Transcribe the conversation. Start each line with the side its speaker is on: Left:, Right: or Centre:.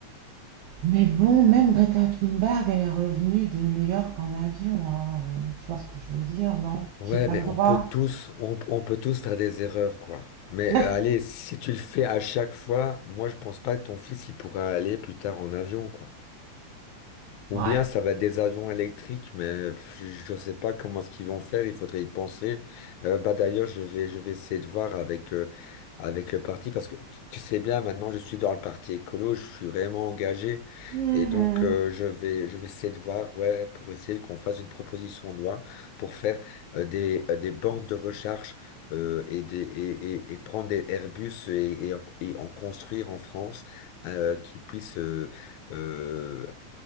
Right: mais bon, même Greta Thunberg, elle est revenue de New York en avion, hein, euh, tu vois ce que je veux dire, non?
Left: Ouais,
Right: J'ai pas
Left: mais
Right: le droit.
Left: on peut tous, on, on peut tous faire des erreurs, quoi. Mais
Right: <laughs>
Left: euh, allez, si tu le fais à chaque fois, moi je pense pas que ton fils il pourra aller plus tard en avion, quoi. Ou
Right: Ouais.
Left: bien ça va être des avions électriques, mais pff, je ne sais pas comment ce qu'ils vont faire, il faudrait y penser. Euh, bah d'ailleurs, je vais, je vais essayer de voir avec, euh, avec le parti, parce que tu tu sais bien, maintenant je suis dans le parti écolo, je suis vraiment engagé,
Right: Mhm.
Left: et donc euh, je vais, je vais essayer de voir, ouais, pour essayer qu'on fasse une proposition de loi pour faire euh, des, euh, des bandes de recharge euh, et, des, et, et, et prendre des Airbus et, et, en, et en construire en France euh, qui puissent... euh, euh,